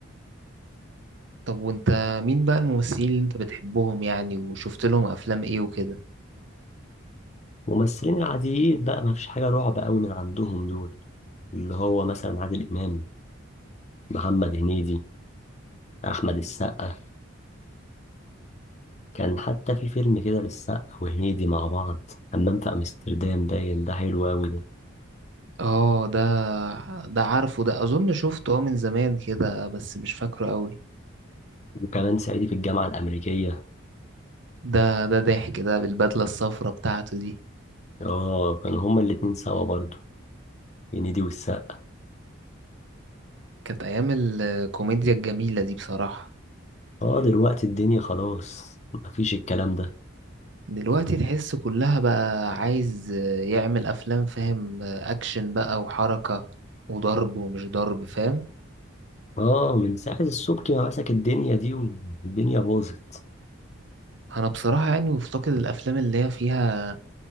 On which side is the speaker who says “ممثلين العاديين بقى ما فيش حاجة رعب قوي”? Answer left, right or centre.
Left